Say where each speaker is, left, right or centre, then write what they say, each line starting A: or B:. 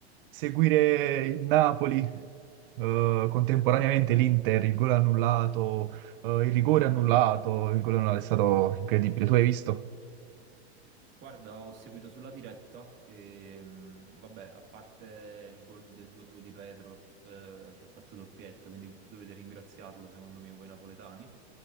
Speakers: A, on the right (about 55°); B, on the right (about 35°).
A: seguire il Napoli, eh, contemporaneamente l'Inter, il gol annullato, eh, il rigore
B: mamma
A: annullato,
B: mia.
A: il gol annullato è stato incredibile. Tu hai visto?
B: Guarda, ho seguito sulla diretta e mm, vabbè, a parte il gol del 2-2 di Pedro eh, che ha fatto doppietta, quindi dovete ringraziarlo secondo me voi napoletani.